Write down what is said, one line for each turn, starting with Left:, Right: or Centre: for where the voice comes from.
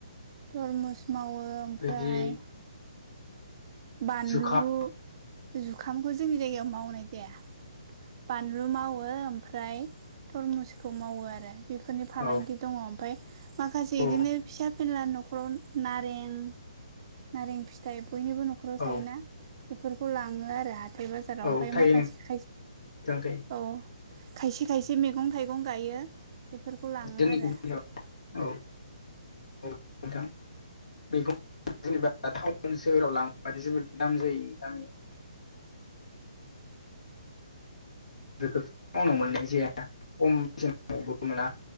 Right: थरमुस मावो ओमफ्राय
Left: बिदि
Right: बानलु
Left: जुखाम
Right: जुखामखौ जोंनि जायगायाव मावनाय जाया बानलु मावो ओमफ्राय तरमुसखौ मावो आरो बेफोरनि फालांगि
Left: औ
Right: दङ ओमफ्राय माखासे
Left: औ
Right: बिदिनो फिसा फेनला न'खराव नारें नारें फिथाय बयनिबो न'खराव
Left: औ
Right: थायोना बेफोरखौ लाङो आरो हाथाय बा बाजाराव
Left: औ
Right: ओमफ्राय
Left: थायो
Right: माखासे खाय
Left: नोंथां थायो
Right: औ खायसे खायसे मैगं थाइगं गायो बेफोरखौ लाङो
Left: जोंनि
Right: आरो
Left: औ औ नोंथां मैगं जेनेबा टाउन सोहोराव लाबाथाय जोबोद दाम जायो गामि बेफोरखौ मोननाय जाया खम बेसेन बेयाव‌ मोना